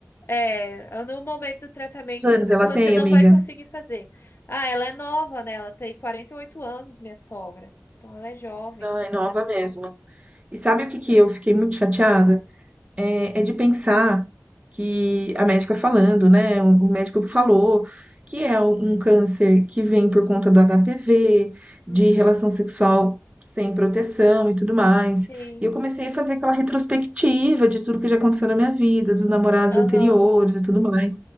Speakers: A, on the left (about 45°); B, on the right (about 25°).
A: É, no momento do tratamento
B: Quantos anos ela
A: você
B: tem,
A: não
B: amiga?
A: vai conseguir fazer. Ah, ela é nova, né? Ela tem 48 anos, minha sogra. Então ela é jovem.
B: Ai, nova mesmo. E sabe o que que
A: Então,
B: eu fiquei muito chateada? é, é de pensar que a médica falando, né? O o médico falou que é um um câncer que vem por conta do HPV, de
A: uhum,
B: relação sexual sem proteção e tudo mais.
A: sim.
B: E eu comecei a fazer aquela retrospectiva de tudo que já aconteceu na minha vida, dos namorados
A: Aham,
B: anteriores e tudo mais.